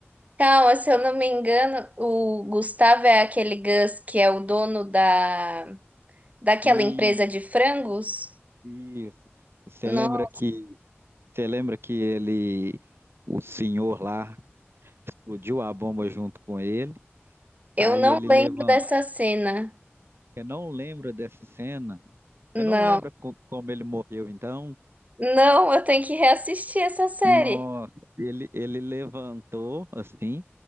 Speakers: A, on the right; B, on the right.
A: calma, se eu não me engano, o Gustavo é aquele Gus que é o dono da daquela
B: E
A: empresa de frangos?
B: isso. Você
A: Não,
B: lembra que você lembra que ele, o senhor lá, explodiu a bomba junto com ele,
A: eu
B: aí
A: não
B: ele
A: lembro
B: levantou.
A: dessa cena.
B: Eu não lembro dessa cena.
A: Não.
B: Eu não lembro co- como ele morreu, então.
A: Não, eu tenho que reassistir essa série.
B: Nossa, ele, ele levantou, assim,